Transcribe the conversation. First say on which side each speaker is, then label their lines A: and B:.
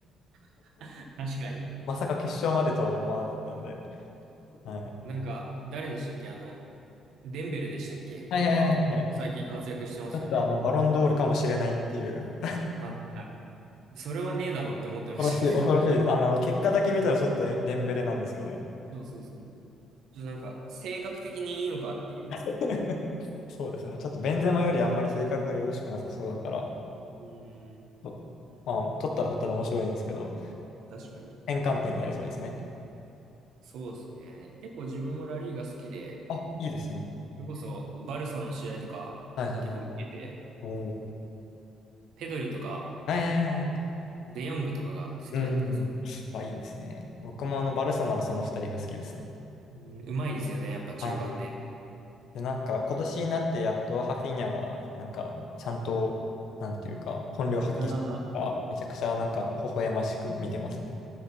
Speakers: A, on the right; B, on the left.
A: <laughs> 確かに。
B: まさか決勝までとは思わなかったんで、はい。
A: なんか、誰でしたっけあの、デンベレでしたっけなんか、
B: はいはいはいはい。
A: 最近活躍してますよね。
B: ちょっとあの、バロンドールかもしれないっていう、
A: はいはい。それはねえだろうって思ってましたけど。
B: 恐ろしい、恐ろしいです。あの、結果だけ見たらちょっとデンベレなんですよね。
A: そうそうそう。ちょっとなんか、性格的にいいのかっていう。
B: <laughs> そうですね。ちょっとベンゼマよりあんまり性格がよろしくなさそうだから、
A: うーん、
B: とまあ、取ったら取ったら面白いんですけど、
A: 確かに。
B: 転換点になりそうですね。
A: そうですね。結構自分もラリーが好きで、
B: あ、いいですね。
A: それこそ、バルサの試合とか結構見てて、
B: はいはいはい。おー。
A: ペドリとか
B: はいはいはいはい。
A: デヨングとかが好きだったんですよ。
B: うん。まあいいですね。僕もあの、バルサならその二人が好きですね。
A: うんうまいですよね、やっぱ中盤で。
B: はい。で、なんか、今年になってやっとハフィーニャが、なんか、ちゃんと、なんていうか、本領発揮してるから、
A: あー
B: めちゃくちゃなんか、微笑ましく見てますね。